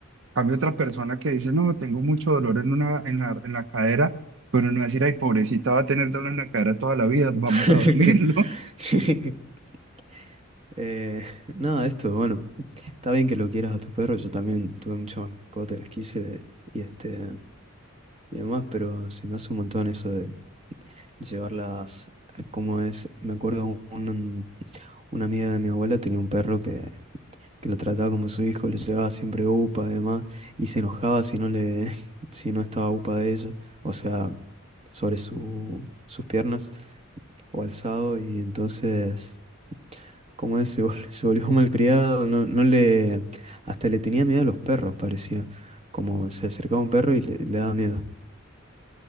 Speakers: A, on the right; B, on the right.
A: Cambio otra persona que dice, no, tengo mucho dolor en, una, en la, en la cadera, pero no va a decir, ay, pobrecita, va a tener dolor en la cadera toda la vida, vamos
B: <laughs>
A: a dormirlo. <laughs>
B: <laughs> Eh, nada, esto, bueno, está bien que lo quieras a tu perro, yo también tuve muchas mascotas, las quise y este y demás, pero se me hace un montón eso de llevarlas, eh, como es, me acuerdo un, una amiga de mi abuela tenía un perro que, que lo trataba como su hijo, le llevaba siempre upa, además, y se enojaba si no le, <laughs> si no estaba upa de ella, o sea, sobre su, sus piernas o alzado, y entonces, como es, se vol- <laughs> se volvió malcriado, no, no le, hasta le tenía miedo a los perros, parecía, como se acercaba un perro y le, le daba miedo.